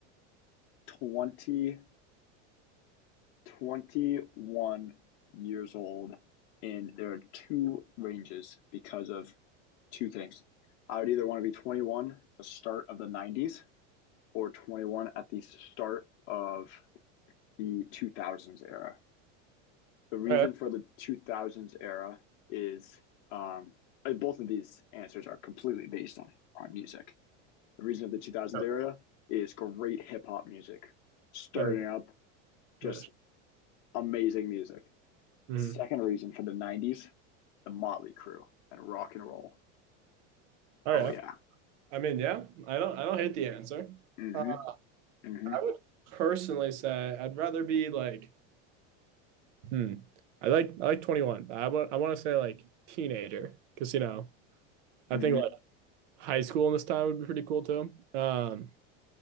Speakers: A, on the left; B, on the right.
A: 20, twenty one years old and there are two ranges because of two things. I would either want to be 21 at the start of the 90s or 21 at the start of the 2000s era. the reason
B: All right.
A: for the 2000s era is um, uh, both of these answers are completely based on on music. The reason of the 2000s
B: yeah,
A: era is great hip hop music, starting
B: That,
A: up just
B: that,
A: amazing music.
B: mhm.
A: Second reason for the 90s, the Motley Crew and rock and roll.
B: All
A: Oh
B: right.
A: yeah.
B: I mean, yeah, I don't I don't hate the answer.
A: Mhm.
B: Uh,
A: Mhm.
B: I would personally say I'd rather be like, hmm, I like I like 21, but I want I want to say like teenager because you know I
A: Mhm.
B: think like high school in this time would be pretty cool too. Um,